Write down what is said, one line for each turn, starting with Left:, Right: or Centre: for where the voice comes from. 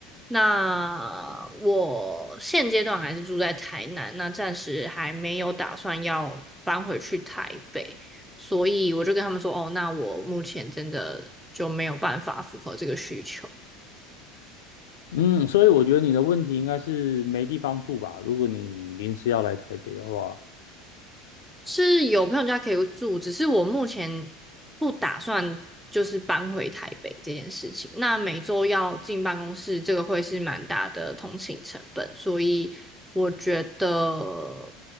Centre: 那我现阶段还是住在台南，那暂时还没有打算要搬回去台北，所以我就跟他们说，哦，那我目前真的就没有办法符合这个需求。
Left: 嗯，所以我觉得你的问题应该是没地方住吧？如果你临时要来台北的话，
Centre: 是有朋友家可以住，只是我目前不打算就是搬回台北这件事情。那每周要进办公室，这个会是蛮大的通勤成本，所以我觉得